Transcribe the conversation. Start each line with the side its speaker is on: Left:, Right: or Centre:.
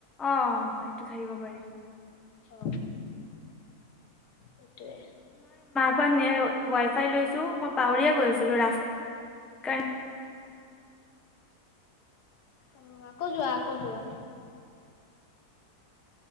Centre: অ সেইটো থাকিব পাৰি।
Left: অ সেইটোৱে
Centre: অমান ৱাই ফাই লৈছোঁ মই পাহৰিয়া গৈ আছিলোঁ ৰাস্তাত কাৰ
Left: অ আকৌ যোৱা আকৌ যোৱা